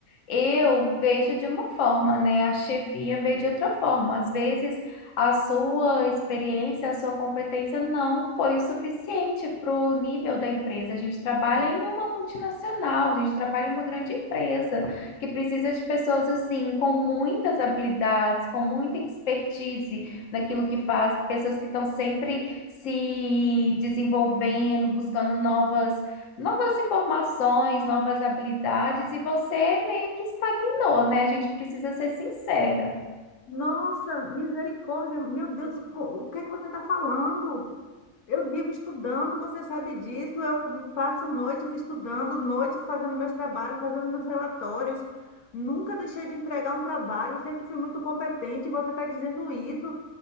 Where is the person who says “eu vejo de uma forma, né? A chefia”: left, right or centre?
Left